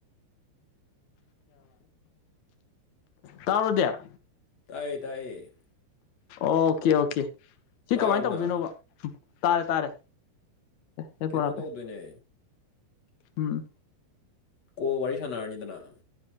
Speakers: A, on the left; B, on the left.
A: ꯇꯥꯔꯣꯗꯌꯥ
B: ꯇꯥꯏꯌꯦ ꯇꯥꯏꯌꯦ
A: ꯑꯣꯀꯦ ꯑꯣꯀꯦ ꯁꯤ
B: ꯇꯥꯔꯕꯣ
A: ꯀꯃꯥꯏꯅ ꯇꯧꯗꯣꯏꯅꯣꯕ
B: ꯅꯪ
A: ꯇꯥꯔꯦ ꯇꯥꯔꯦ ꯍꯦꯠꯐꯣꯟ
B: ꯀꯩꯅꯣ
A: ꯍꯥꯞꯄꯦ
B: ꯇꯧꯗꯣꯏꯅꯦ
A: ꯎꯝ
B: ꯀꯣ ꯋꯥꯔꯤ ꯁꯅꯥꯅꯤꯗꯅ